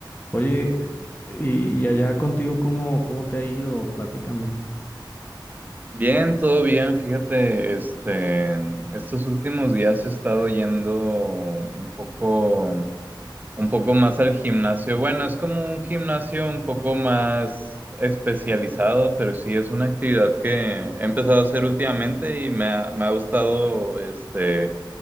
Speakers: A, on the left; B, on the right.
A: oye, y, y allá contigo, ¿cómo, cómo te ha ido? Platícame.
B: Bien, todo bien. Fíjate, este, estos últimos días he estado yendo un poco, un poco más al gimnasio. Bueno, es como un gimnasio un poco más especializado, pero sí es una actividad que he empezado a hacer últimamente y me ha, me ha gustado, este,